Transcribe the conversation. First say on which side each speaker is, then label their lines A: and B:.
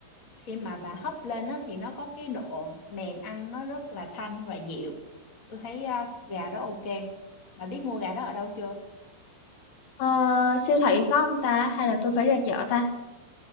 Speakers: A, on the left (about 50°); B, on the left (about 70°).
A: khi mà bà hấp lên á thì nó có cái độ mềm ăn nó rất là thanh và dịu tôi thấy à, gà đó ok bà biết mua gà đó ở đâu chưa
B: Ờ, siêu thị có không ta? Hay là tôi phải ra chợ ta?